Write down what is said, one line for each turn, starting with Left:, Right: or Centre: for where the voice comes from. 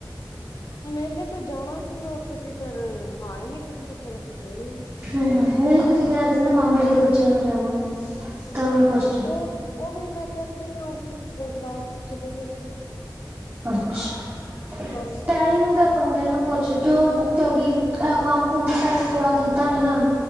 Left: ਹੁਣ ਮੇਲੇ ਤੇ ਜਾਣਾ ਸੀ, ਉਹ ਤੁਸੀਂ ਫੇਰ ਹਾ ਹੀ ਨਹੀਂ ਕੀਤੀ, ਫਿਰ ਅਸੀ ਗਏ ਨਹੀ।
Right: ਹੂੰ ਨਹੀਂ, ਤੁਸੀਂ ਕਹਿ ਰਹੇ ਸੀ ਨਾ ਮਾਮਾ ਜੀ ਦੇ ਬੱਚਿਆਂ ਨਾਲ ਜਾਵਾਂਗੀ, ਤਾਂ ਮੈਂ ਪੁੱਛ ਕੇ।
Left: ਉਹ ਉਹ ਵੀ ਮੈਂ ਕਹਿ ਤੇ ਰਹੀ ਆਂ, ਉਹ ਗ੍ਰਾਮ ਤੋਂ ਚਲੇ ਗਏ ਨੇ।
Right: ਅੱਛਾ,
Left: ਹਾਂਜੀ
Right: ਟਾਈਮ ਦਾ ਪੰਗਾ ਏ ਨਾ। ਕੁੱਛ ਕਿਉਂ ਕਿਉਂਕਿ ਅ ਕੰਮ ਕੁਮ ਪਹਲੇ ਥੋੜਾ ਕੀਤਾ ਨੇ ਨਾ,